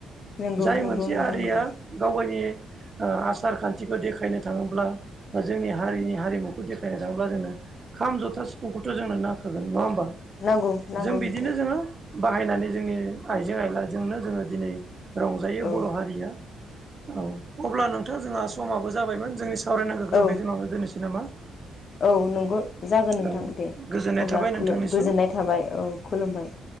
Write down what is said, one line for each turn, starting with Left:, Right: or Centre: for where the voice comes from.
Left: नंगौ
Right: जाय
Left: नंगौ
Right: मोनसे
Left: नोंथां
Right: हारिया
Left: नंगौ
Right: गाव गावनि आसार खान्थिखौ देखायनो थाङोब्ला बा जोंनि हारिनि हारिमुखौ देखायनो थाङोब्ला जोङो खाम, जथा, सिफुंखौथ' जोंनो नांखागोन नङा होमबा
Left: नांगौ नांगौ
Right: जों बिदिनो
Left: नोंथां
Right: जोङो बाहायनानै जोंनि आइजें आइलाजोंनो जोङो दिनै रंजायो
Left: औ
Right: बर' हारिया औ अब्ला नोंथां जोंहा समाबो जाबायमोन जोंनि सावरायनांगौखौ
Left: औ
Right: बेखिनियावनो दोननोसै नामा
Left: औ नंगौ जागोन नोंथां
Right: औ
Left: दे
Right: गोजोननाय
Left: अब्ला
Right: थाबाय नोंथांनिसिम
Left: खुलु गोजोननाय थाबाय औ खुलुमबाय